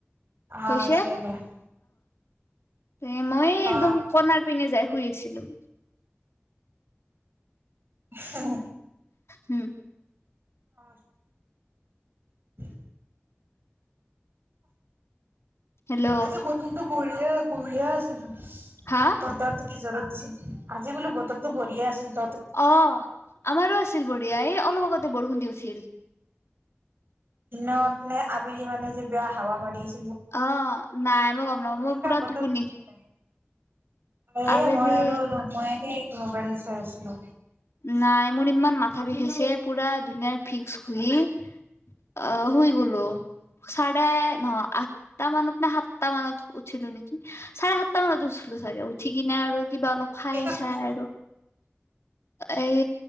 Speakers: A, on the right (about 55°); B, on the left (about 80°).
A: অ
B: হৈছে
A: চ দে <unintelligible>
B: এ মই
A: অ
B: একদম কণাৰ পিনে যাই শুই আছিলো
A: <unintelligible> হ হ
B: উম
A: অ উম
B: হেল্ল'
A: আজি বতৰটো বুঢ়িয়া বুঢ়িয়া আছিল
B: হা
A: ত দৰ্থ কি <unintelligible> দি আজি বোলো বতৰতো ভৰিয়া আছে
B: অ আমাৰো আছিল বঢ়িয়া এই লগত <unintelligible> বহুত দিছিল
A: দিনত নে আবেলি মানে যে বেয়া হাৱা মাৰি আছে
B: অ নাই মই গম নাপওঁ মই
A: সেনেকা
B: পুৰা
A: বতৰ
B: টোপনি
A: বহুত ভাল লাগে এ
B: আবেলি
A: মই আৰু মই এনে মোবাইল চাই আছিলো
B: নাই মোৰ ইমান মাচ তথাপি হৈছে পূৰা ধুনীয়াৰ ফিক্স <unintelligible> শুই আহ শুই গলো চাৰে নহ আঠ ত মানে ত সাত <unintelligible> সাতটা মানত উঠিলো নেকি চাৰে সাতটা মানত উঠিলো চাগে উঠি কিনে আৰু কিবা অলপ খাই
A: সেইটো কৈছো
B: চাই আৰু <unintelligible> এই